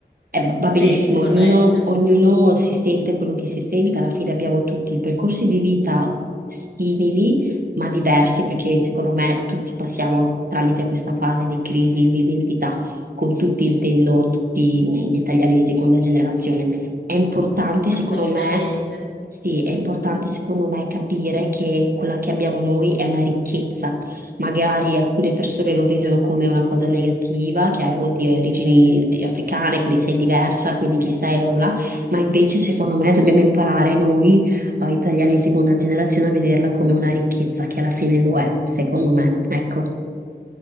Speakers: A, on the right; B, on the left.
A: Eh, va
B: Sì,
A: benissimo,
B: corretto,
A: ognuno, ognuno si sente quello che si sente, alla fine abbiamo tutti percorsi di vita simili ma diversi, perché secondo me tutti passiamo tramite questa fase di crisi di identità, con tutti intendo tutti gli italiani di seconda generazione. È importante, secondo
B: assolutamente.
A: me, sì, è importante, secondo me, capire che quella che abbiamo noi è una ricchezza. Magari alcune persone lo vedono come una cosa negativa, che hai, oddio, hai origini africane, quindi sei diversa, quindi chi sei, bla bla, bla. Ma invece, secondo me, dobbiamo imparare noi o italiani di seconda generazione a vederla come una ricchezza, che alla fine lo è, secondo me. Ecco.